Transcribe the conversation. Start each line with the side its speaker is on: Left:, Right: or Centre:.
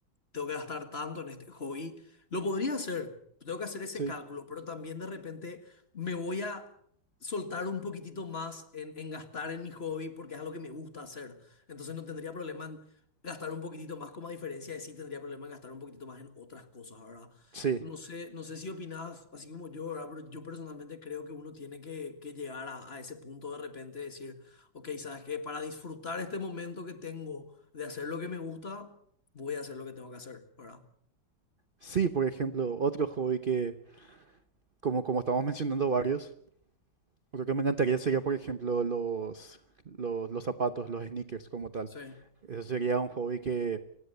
Left: tengo que gastar tanto en este hobby, lo podría hacer. Tengo que hacer ese
Right: Sí,
Left: cálculo, pero también de repente me voy a soltar un poquitito más en, en gastar en mi hobby porque es algo que me gusta hacer. Entonces no tendría problema en gastar un poquitito más, como a diferencia de sí tendría problema en gastar un poquitito más en otras cosas, ¿verdad?
Right: sí.
Left: No sé, no sé si opinas así como yo, ¿verdad? Pero yo personalmente creo que uno tiene que, que llegar a, a ese punto de repente de decir. Ok, sabes que para disfrutar este momento que tengo de hacer lo que me gusta, voy a hacer lo que tengo que hacer, ¿verdad?
Right: Sí, por ejemplo, otro hobby que, como, como estamos mencionando varios, otro que me encantaría sería, por ejemplo, los, los, los zapatos, los sneakers como tal.
Left: Sí. <laughs>
Right: Eso sería un hobby que,